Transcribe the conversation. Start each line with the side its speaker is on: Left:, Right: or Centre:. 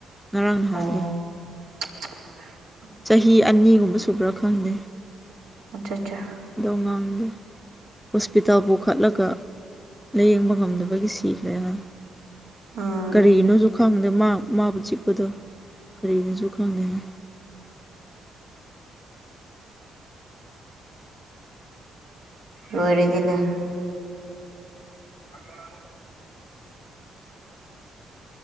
Centre: ꯉꯔꯥꯡ ꯅꯍꯥꯟꯒꯤ
Right: ꯑꯣ <unintelligible>
Centre: ꯆꯍꯤ ꯑꯅꯤꯒꯨꯝꯕ ꯁꯨꯕ꯭ꯔꯥ ꯈꯪꯗꯦ
Right: ꯑꯆꯥ ꯆꯥ
Centre: ꯗꯣꯡꯉꯥꯡꯒꯦ <inaudible> ꯍꯣꯁꯄꯤꯇꯥꯜ ꯄꯨꯈꯠꯂꯒ ꯂꯥꯏꯌꯦꯡꯕ ꯉꯝꯗꯕꯒꯤ ꯁꯤꯈ꯭ꯔꯦꯅ
Right: ꯎꯝ
Centre: ꯀꯔꯤꯅꯣꯁꯨ ꯈꯪꯗꯦ ꯃꯥ ꯃꯥꯕꯨ ꯆꯤꯛꯄꯗꯣ ꯀꯔꯤꯅꯣꯁꯨ ꯈꯪꯗꯦꯅ
Right: ꯂꯣꯏꯔꯦꯗꯤꯅ <unintelligible>